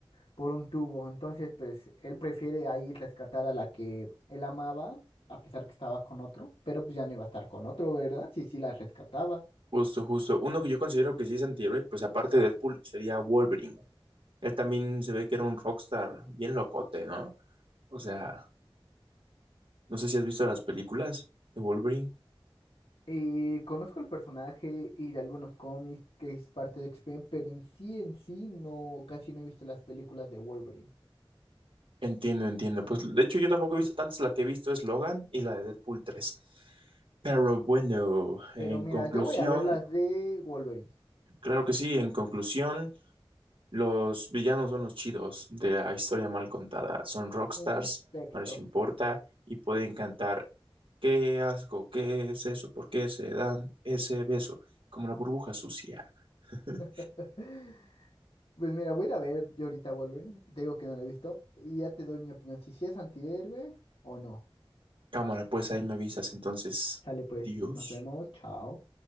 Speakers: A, on the left (about 75°); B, on the right (about 65°).
A: por un tubo. Entonces, pues él prefiere ahí rescatar a la que él amaba, a pesar que estaba con otro, pero pues ya no iba a estar con otro, ¿verdad? Sí, sí, la rescataba.
B: Justo, justo. Uno que yo considero que sí es antihéroe, pues aparte de Deadpool, sería Wolverine. Él también se ve que era un rockstar bien locote, ¿no? O sea, no sé si has visto las películas de Wolverine.
A: Y conozco el personaje y de algunos cómics que es parte de X-Men, pero en sí, en sí, no, casi no he visto las películas de Wolverine.
B: Entiendo, entiendo. Pues de hecho yo tampoco he visto tantas. La que he visto es Logan y la de Deadpool tres. Pero bueno, en
A: Pero mira,
B: conclusión,
A: yo voy a ver las de Wolverine,
B: claro que sí, en conclusión, los villanos son los chidos de la historia mal contada. Son rockstars,
A: en efecto.
B: no les importa y pueden cantar ¿Qué asco? ¿Qué es eso? ¿Por qué se dan ese beso? Como la burbuja sucia. <laughs>
A: <laughs> Pues mira, voy a ir a ver yo ahorita Wolverine, te digo que no la he visto, y ya te doy mi opinión, si sí es antihéroe o no.
B: Cámara, pues ahí me avisas entonces.
A: Sale pues,
B: Adiós.
A: nos vemos, chao.